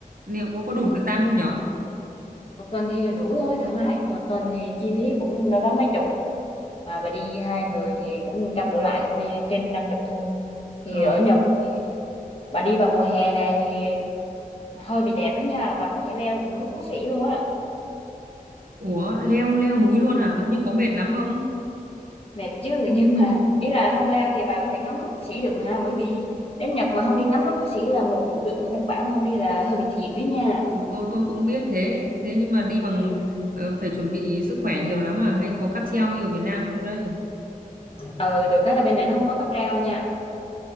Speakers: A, on the right (about 70°); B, on the left (about 40°).
A: liệu có có
B: ừ.
A: đủ thời gian không nhở?
B: một tuần thì đủ thôi thoải mái một tuần thì chi phí cũng đâu đó mấy chục mà bà đi hai người thì cũng trăm đổ lại nên trên năm chục thôi thì
A: Ờ,
B: ở Nhật thì bà đi vào mùa hè này thì hơi bị đẹp đó nha bà có thể leo được núi Phú Sĩ luôn á
A: ủa leo leo núi luôn hả? Nhưng có mệt lắm không?
B: mệt chứ <laughs> nhưng mà ý là không leo thì bà có thể ngắm núi Phú Sĩ được mà bởi vì đến Nhật mà không đi ngắm núi Phú Sĩ là một biểu tượng của Nhật Bản mà không đi là hơi bị thiệt đấy nha
A: Ừ, Tôi tôi cũng biết thế thế nhưng mà đi bằng
B: ừ.
A: ờ, phải chuẩn bị sức khỏe nhiều lắm à hay có cáp treo như ở Việt Nam không đây?
B: ừ được cái là bên này nó không có cáp treo nha